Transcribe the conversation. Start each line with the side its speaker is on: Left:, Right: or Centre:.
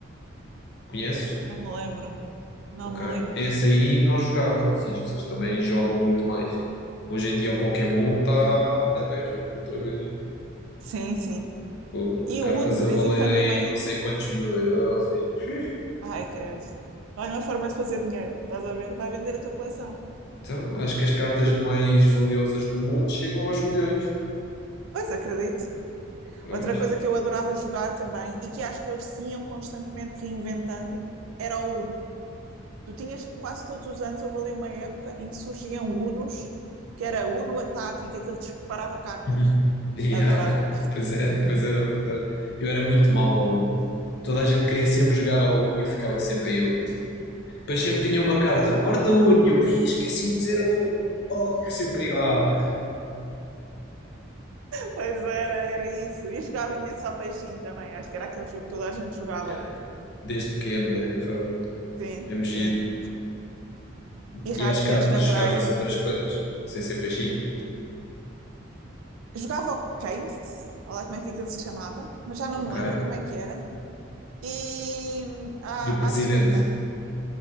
Left: Conheces?
Right: não me lembro. Não
Left: Ok.
Right: me lembro.
Left: Esse aí nós jogávamos e as pessoas também jogam muito mais. Hoje em dia o Pokémon está na berra, outra vez.
Right: Sim, sim.
Left: Pô,
Right: E
Left: Cartas
Right: o Uno, de
Left: a
Right: vez
Left: valerem
Right: em quando, também.
Left: não sei quantos mil euros e. <laughs>
Right: Ai, credo. Olha uma forma de fazer dinheiro, estás a ver? Vai vender a tua coleção.
Left: Então, acho que as cartas mais valiosas no mundo chegam aos milhões.
Right: Pois, acredito.
Left: Pois.
Right: Outra coisa que eu adorava jogar também e que acho que eles se iam constantemente reinventando era o Uno. Tu tinhas quase todos os anos, houve ali uma época em que surgiam Unos, que era Uno Ataque, em que aquilo disparava cartas.
Left: Uhum. <laughs> Yeah.
Right: Adorava.
Left: Pois era, pois era, pois era. Eu era muito mau ao Uno. Toda a gente queria sempre jogar ao Uno e eu ficava sempre em último. Depois sempre tinha uma carta,
Right: <laughs> Sério.
Left: corta o Uno. E eu, "Ih, esqueci-me de dizer o Uno. Oh, é sempre igual.
Right: Pois era, era isso. E jogava imenso ao peixinho também. Acho que era aquele jogo que toda a gente jogava.
Left: Yeah. Desde pequeno, né? Foi
Right: Sim,
Left: mesmo
Right: sim.
Left: giro.
Right: E raquetes
Left: E às cartas
Right: na praia.
Left: jogavas outras coisas, sem ser peixinho.
Right: Jogava ao Games, olha lá como é que aquilo se chamava, mas já não
Left: Ok.
Right: me lembro como é que era. E hum, à,
Left: E o presidente.
Right: à sueca.